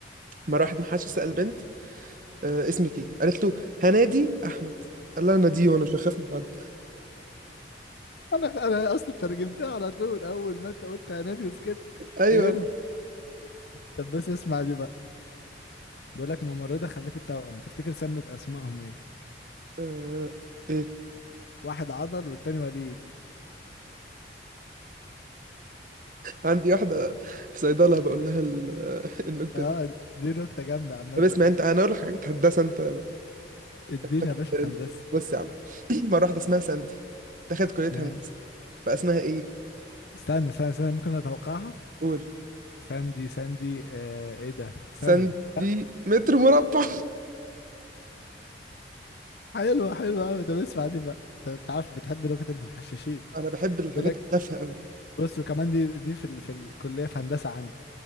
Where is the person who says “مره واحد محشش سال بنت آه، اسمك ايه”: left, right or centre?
Right